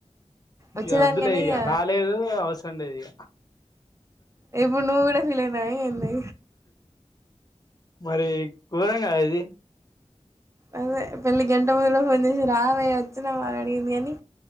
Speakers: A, on the left; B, on the right.
A: ఇగ
B: వచ్చేదాన్ని
A: వద్దులే
B: కానీ
A: ఇగ
B: ఇక
A: రాలేదు అవసరం లేదు ఇగ
B: ఇప్పుడు నువ్వు గుడ ఫీల్ అయినవ ఏంది?
A: మరి ఘోరం కాదా ఇది
B: అదే పెళ్లికి గంట ముందు ఫోన్ చేసి రావే వచ్చినవానే అడిగింది గని